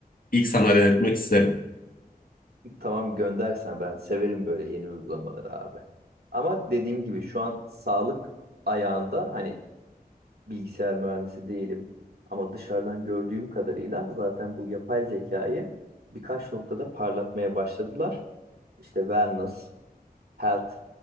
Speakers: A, on the left (about 60°); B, on the right (about 80°).
A: ilk sana denetmek isterim
B: <laughs> Tamam göndersen ben severim böyle yeni uygulamaları abi. Ama dediğim gibi şu an sağlık ayağında hani bilgisayar mühendisi değilim. Ama dışarıdan gördüğüm kadarıyla zaten bu yapay zekayı birkaç noktada parlatmaya başladılar. İşte wellness, health,